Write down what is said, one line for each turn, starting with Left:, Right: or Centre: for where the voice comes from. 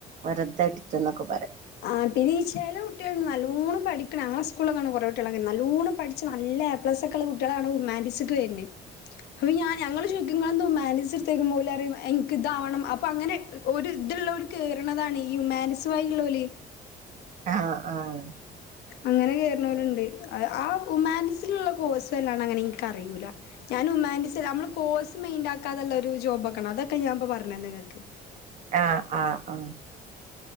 Right: വെറുതെട്ത്ത് ന്നൊക്കെ
Left: ആ പിന്നെ ഈ ചെല കുട്ട്യേള്ണ്ട് നല്ലോണം പഠിക്കണ അങ്ങളസ്കൂളിലൊക്കെണ്ട് കൊറെേ കുട്ട്യേള് നല്ലൂണ് പഠിച്ചു നല്ല എ പ്ലസ് ഒക്കെള്ള കുട്ട്യേളാണ് ഹ്യുമാന്റിസിക് വെര്ണേ അപ്പൊ ഞാൻ ഞങ്ങള് ചോയിക്കൂ ഇങ്ങളെന്താ ഹ്യൂമാനിറ്റീസെട്ത്തേക്കുമ്പോലറിയും എൻക്ക്താണ് അപ്പൊ അങ്ങനെ ഒരു ഇത് ള്ളവർ കേറ്ണതാണ് ഈ ഹ്യൂമാൻറ്റീസ് വഴിള്ളോല്
Right: ആഹ് ആഹ്
Left: അങ്ങനെ കേറ്ണോര്ണ്ട് ആ ഉമാന്റീസില്ള്ള കോഴ് നെ ഇൻക്കറിയൂല ഞാനുമാൻൻ്റീസല്ല അമ്മള് കോഴ്സ് മെെൻഡാക്കാതല്ലേ ഒര് ജോബോക്ക്ണെ അതെക്കെ ഞാ പ്പോ പറഞ്ഞേന്ന്ങ്ങക്ക്.
Right: ആ ആ ആ.